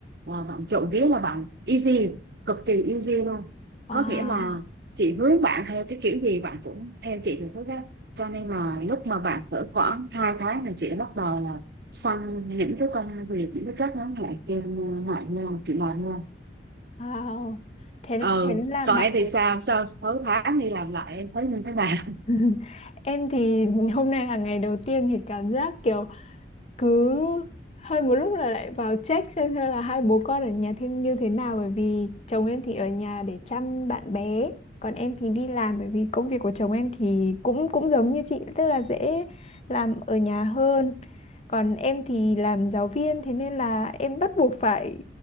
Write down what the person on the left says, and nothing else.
Wow,
wow. Thế
thế là
bạn
<laughs> Em thì hôm nay là ngày đầu tiên thì cảm giác kiểu cứ hơi một lúc là lại vào check xem xem là hai bố con ở nhà thêm như thế nào bởi vì chồng em thì ở nhà để chăm bạn bé còn em thì đi làm bởi vì công việc của chồng em thì cũng cũng giống như chị tức là dễ làm ở nhà hơn còn em thì làm giáo viên thế nên là em bắt buộc phải